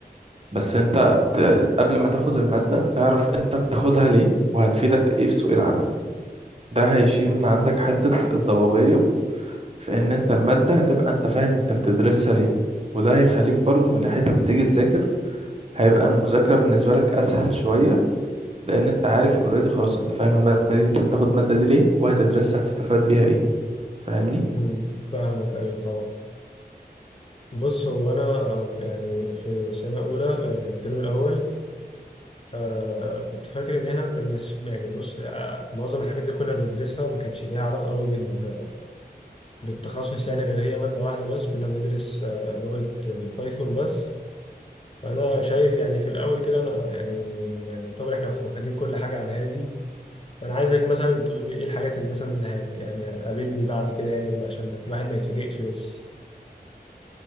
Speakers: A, on the right; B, on the left.
A: بس أنت ت- قبل ما تاخد المادة اعرف أنت بتاخدها ليه وهتفيدك إيه في سوق العمل ده هيشيل من عندك حتة الضبابية في ان انت المادة هتبقى انت فاهم انت بتدرسها ليه وده هيخليك برضو من ناحية لما تيجي تذاكر هيبقى المذاكرة بالنسبة لك اسهل شوية لان انت عارف اوريدي خلاص انت فاهم المادة دي انت بتاخد المادة دي ليه وهتدرسها هتستفاد بيها ايه فاهمني
B: مم. فاهمك ايوه طبعا بص هو انا في- يعني في سنه اولى آه، الترم الاول آه كنت فاكر ان احنا ما كناش يعني بص آه معظم الحاجات اللي كنا بندرسها ما كانتش ليها علاقه قوي بال- بالتخصص يعني غير هي ماده واحده بس كنا بندرس آه لغه آه، بايثون بس فانا شايف يعني في الاول كده انا يعني يعني يعتبر احنا واخدين كل حاجه على هادي فانا عايزك مثلا تقول لي ايه الحاجات اللي مثلا اللي هت يعني هتقابلني بعد كده يعني وعشان ما- الواحد ما يتفاجئش بس